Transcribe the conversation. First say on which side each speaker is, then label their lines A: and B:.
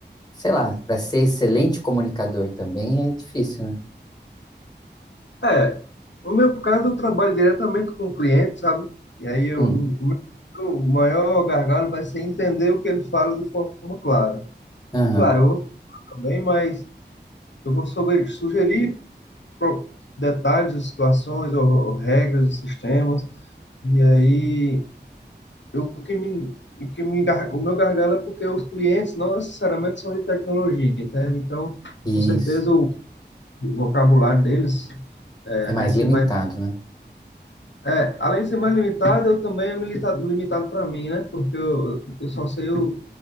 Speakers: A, on the left (about 20°); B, on the left (about 80°).
A: sei lá, para ser excelente comunicador também é difícil, né?
B: É, no meu caso, eu trabalho diretamente com o cliente, sabe? E aí eu,
A: Hum,
B: o meu o maior gargalo vai ser entender o que ele fala de forma clara.
A: aham,
B: Claro, eu vou também, mas eu vou sobre, sugerir pro- detalhes, ou situações, ou, ou regras de sistemas. E aí, eu, o que me, o que me, gar- o meu gargalo é porque os clientes não necessariamente são de tecnologia, entende? Então,
A: isso.
B: com certeza, o vocabulário deles eh,
A: É mais
B: vai ser
A: limitado,
B: mais
A: né?
B: É, além de ser mais limitado, eu também é limitado, limitado para mim, né? Porque eu, eu só sei o,